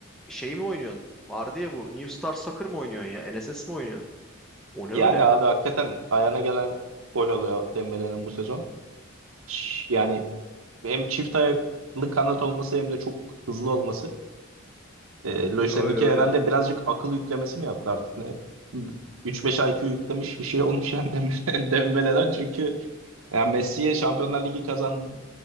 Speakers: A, in the centre; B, on the right.
A: Şey mi oynuyorsun? Vardı ya bu New Star Soccer mı oynuyorsun ya? NSS mi oynuyorsun? O ne
B: Yani
A: öyle?
B: abi hakikaten ayağına gelen gol oluyor Dembele'nin bu sezon. Ş- Yani hem çift ayaklı kanat olması hem de çok hızlı olması. E, Lojisten'deki
A: Ya Öyle öyle.
B: herhalde birazcık akıl yüklemesi mi yaptı artık ne? 3-5 IQ yüklemiş bir şey olmuş yani Dem- <laughs> Dembele'den çünkü yani Messi'ye Şampiyonlar Ligi kazan